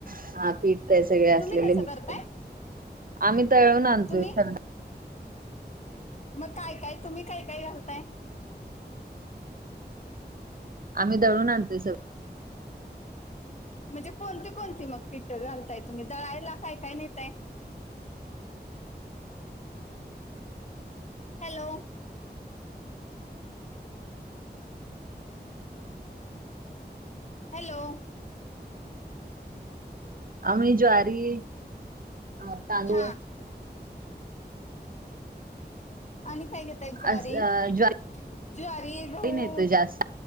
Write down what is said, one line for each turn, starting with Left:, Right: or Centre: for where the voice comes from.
Right: हा पीठ ते सगळे असलेले
Left: तुम्ही कसं
Right: मिक्स
Left: करताय
Right: करून. आम्ही दळून
Left: हा,
Right: आणतोय
Left: तुम्ही
Right: इ
Left: मग काय काय तुम्ही काय काय घालताय?
Right: आम्ही दळून आणतोय सगं
Left: म्हणजे कोणती कोणती मग पीठं घालताय तुम्ही? दळायला काय काय नेताय? हॅलो. हॅलो.
Right: आम्ही ज्वारी अ तांदूळ
Left: हा. आणि काय घेताय ज्वारी,
Right: अस ज्वारी
Left: ज्वारी, गहू
Right: नेतोय जास्त